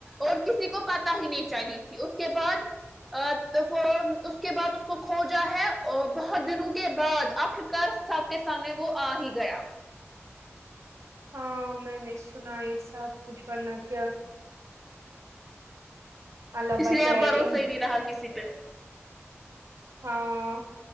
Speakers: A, in the centre; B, on the right.
A: اور کسی کو پتا ہی نہیں چلی تھی اس کے بعد ا تو وہ اس کے بعد اس کو کھوجا ہے اور بہت دنوں کے بعد آخر کار سب کے سامنے وہ آ ہی گیا
B: ہاں میں نے سنا یہ سب کچھ بننا کیا اللہ
A: اس
B: بچائے
A: لیے اب بھروسہ
B: ان
A: ہی نہیں رہا کسی پہ
B: ہاں